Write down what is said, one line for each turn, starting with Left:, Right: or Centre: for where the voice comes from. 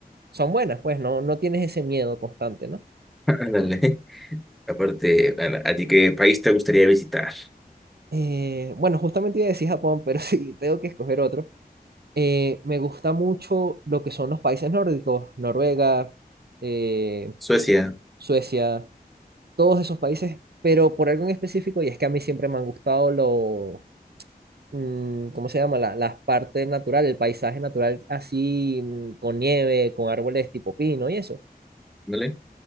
Right: son buenas, pues no, no tienes ese miedo constante, ¿no?
Centre: <laughs> ándale. Aparte, Ana, ¿a ti qué país te gustaría visitar?
Right: Eh, bueno, justamente iba a decir Japón, pero <laughs> sí, tengo que escoger otro. Eh, me gusta mucho lo que son los países nórdicos, Noruega, eh,
Centre: Suecia,
Right: Suecia, todos esos países, pero por algo en específico, y es que a mí siempre me han gustado lo, mm, ¿cómo se llama? La, las partes naturales, el paisaje natural así, mm, con nieve, con árboles tipo pino y eso.
Centre: ¿vale?